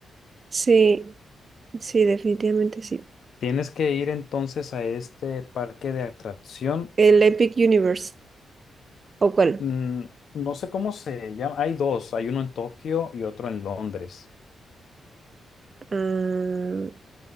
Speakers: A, on the right; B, on the left.
A: Sí, sí, definitivamente sí.
B: Tienes que ir entonces a este parque de atracción,
A: El Epic Universe. ¿O cuál?
B: mm, no sé cómo se llama, hay dos, hay uno en Tokio y otro en Londres.
A: Ah,